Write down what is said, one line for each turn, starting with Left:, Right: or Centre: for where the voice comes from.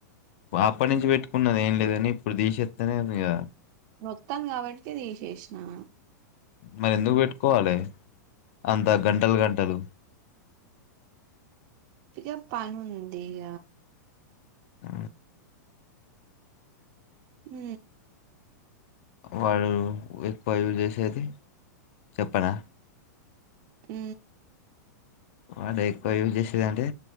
Left: అప్పటి నుంచి పెట్టుకున్నది ఏం లేదుని ఇప్పుడు తీసేస్తనే ఇగ
Right: మొత్తం కాబట్టి తీసేసినా
Left: మరి ఎందుకు పెట్టుకోవాలే అంత గంటలు గంటలు
Right: ఇగ పని ఉందిగ
Left: అ
Right: హ
Left: వాళ ఎక్కువ యూజ్ చేసేది చెప్పనా
Right: అ
Left: వాడు ఎక్కువ యూజ్ చేసేదింటే